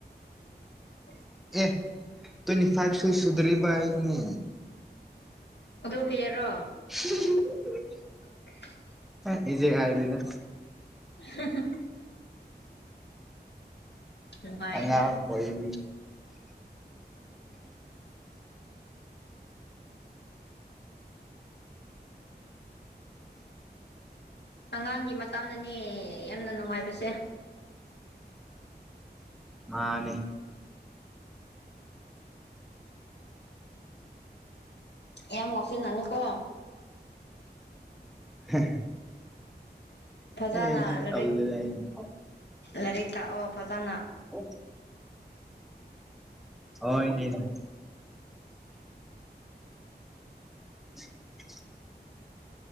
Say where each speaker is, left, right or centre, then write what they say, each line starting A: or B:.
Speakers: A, on the left; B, in the centre.
A: <inaudible>
B: ꯑꯦ ꯇ꯭ꯋꯦꯟꯇꯤ ꯐꯥꯏꯚꯁꯨ ꯁꯨꯗ꯭ꯔꯤꯕ ꯑꯩꯅꯦ
A: ꯑꯗꯨ ꯀꯩꯌꯥꯔꯣ
B: <unintelligible>
A: <inaudible>
B: ꯍꯩꯠ ꯔꯤꯖꯦꯛ ꯑꯥꯏꯗꯤꯅꯦ
A: <unintelligible> ꯅꯨꯡꯉꯥꯏꯍꯦ
B: ꯑꯉꯥꯡ ꯑꯣꯏꯕꯒꯤ
A: ꯑꯉꯥꯡꯒꯤ ꯃꯇꯝꯅꯅꯦ ꯌꯥꯝꯅ ꯅꯨꯡꯉꯥꯏꯕꯁꯦ
B: ꯃꯥꯅꯤ
A: ꯌꯥꯝ ꯉꯥꯎꯁꯤꯟꯅꯅꯨ ꯀꯣ
B: <unintelligible>
A: ꯐꯖꯅ
B: ꯑꯦ ꯑꯗꯨꯃꯥꯏ
A: ꯂꯥꯏꯔꯤꯛ
B: ꯇꯧꯗꯦꯗ ꯑꯩꯗꯤ
A: ꯂꯥꯏꯔꯤꯛ ꯇꯥꯛꯑꯣ ꯐꯖꯅ
B: ꯑꯣ ꯍꯣꯏ ꯅꯦꯅꯦ <unintelligible>